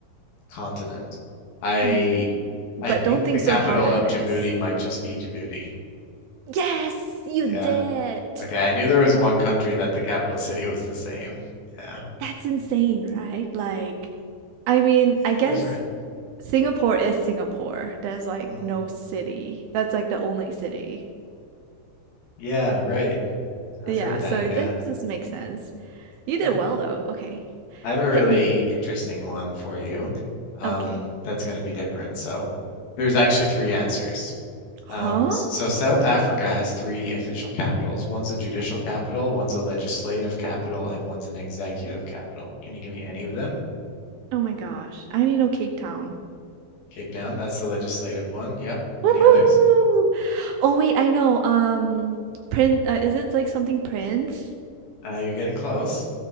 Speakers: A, on the left; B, on the right.
A: continent. I
B: Okay. But
A: I
B: don't
A: think
B: think
A: the capital
B: so hard on
A: of
B: this.
A: Djibouti might just be Djibouti.
B: Yes, you
A: Yeah.
B: did it.
A: Okay, I knew there was one country that the capital city was the same. Yeah,
B: That's insane, right? Like, I mean,
A: it's
B: I guess
A: different.
B: Singapore is Singapore. There's like
A: Hmm.
B: no city. That's like the only city.
A: Yeah, right. I've
B: Yeah,
A: heard that.
B: so
A: Yeah.
B: this does make sense.
A: <laughs>
B: You did well though. Okay.
A: I have a really
B: Hit me.
A: interesting one for you. Um,
B: Okay.
A: that's going to be different. So there's actually three answers.
B: Huh?
A: Um, s- so South Africa has three official capitals. One's a judicial capital, one's a legislative capital, and one's an executive capital. Can you give me any of them?
B: Oh my gosh. I need to know Cape Town.
A: Cape Town, that's the legislative one. Yep.
B: Woohoo!
A: Any others?
B: Oh wait, I know. Um, Prince, uh, is it like something Prince?
A: Uh, you're getting close.